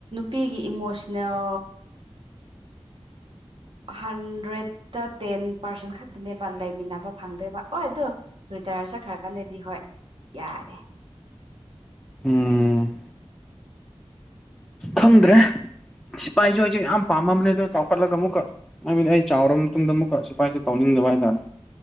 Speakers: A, on the right; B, in the centre.
A: ꯅꯨꯄꯤꯒꯤ ꯏꯃꯣꯁꯅꯦꯜ ꯍꯟꯗ꯭ꯔꯦꯗꯠꯇ ꯇꯦꯟ ꯄꯥꯔꯁꯦꯟ ꯈꯛꯇꯅꯦꯕ ꯂꯩꯃꯤꯟꯅꯕ ꯐꯪꯗꯣꯏꯕ ꯍ ꯑꯗꯣ ꯔꯤꯇꯥꯌꯔ ꯆꯠꯈ꯭ꯔꯀꯥꯟꯗꯗꯤ ꯍꯣꯏ ꯌꯥꯔꯦ
B: ꯎꯝ ꯈꯪꯗ꯭ꯔꯦ ꯁꯤꯐꯥꯏꯁꯨ ꯑꯩꯁꯦ ꯌꯥꯝ ꯄꯥꯝꯃꯝꯕꯅꯦ ꯑꯗꯣ ꯆꯥꯎꯈꯠꯂꯒ ꯑꯃꯨꯛ ꯍꯥꯏꯕꯗꯤ ꯑꯩ ꯆꯥꯎꯔꯕ ꯃꯇꯨꯡꯗ ꯑꯃꯨꯛꯀ ꯁꯤꯐꯥꯏꯁꯦ ꯇꯧꯅꯤꯡꯉꯦ ꯃꯥꯏ ꯇꯅ